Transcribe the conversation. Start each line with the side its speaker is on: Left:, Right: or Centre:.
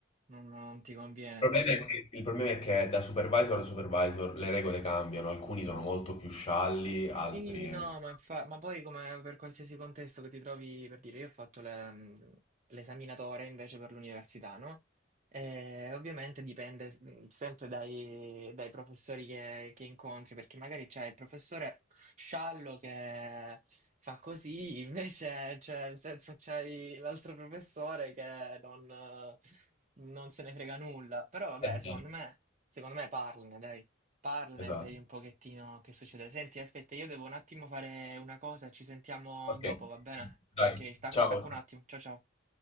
Right: non non ti conviene.
Left: Il problema è che il problema è che da supervisor a supervisor le regole cambiano, alcuni sono molto più scialli, altri...
Right: Sì, no, ma, infa- ma poi come per qualsiasi contesto che ti trovi, per dire, io ho fatto le- mh, l'esaminatore invece per l'università, no? E ovviamente dipende s- mh, sempre dai, dai professori che, che incontri, perché magari c'è il professore sciallo che fa così, invece cioè, nel senso, c'hai l'altro professore che non, eh, non se ne frega nulla. Però vabbè,
Left: Esatto,
Right: secondo me, secondo me parlane, dai. Parlane
Left: esatto.
Right: e vedi un pochettino che succede. Senti, aspetta, io devo un attimo fare una cosa, ci sentiamo
Left: Ok,
Right: dopo, va bene?
Left: dai,
Right: Ok, sta-
Left: ciao.
Right: stacco un attimo. Ciao ciao.